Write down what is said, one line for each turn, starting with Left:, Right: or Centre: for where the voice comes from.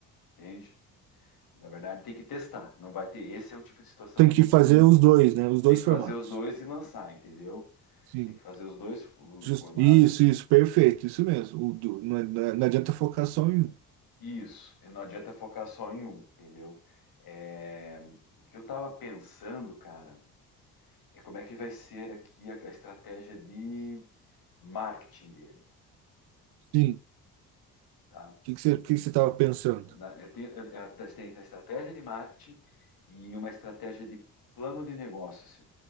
Left: entende? Na verdade, tem que testar. Não vai ter. Esse é um tipo de situação
Right: Tem
Left: que
Right: que
Left: não
Right: fazer
Left: tem.
Right: os dois, né? Os dois
Left: Tem que
Right: formatos.
Left: fazer os dois e lançar, entendeu?
Right: Sim.
Left: Tem que fazer os dois
Right: Jus-
Left: formatos.
Right: Isso, isso, perfeito, isso mesmo. O do- não, é, não é, não adianta focar só em um.
Left: Isso, e não adianta focar só em um, entendeu? É, o que eu estava pensando, cara, é como é que vai ser aqui a, a estratégia de marketing dele,
Right: Sim.
Left: tá?
Right: O que que você, o que que você estava pensando?
Left: Na- Eu tenho, eu, eu testei a estratégia de marketing e uma estratégia de plano de negócios,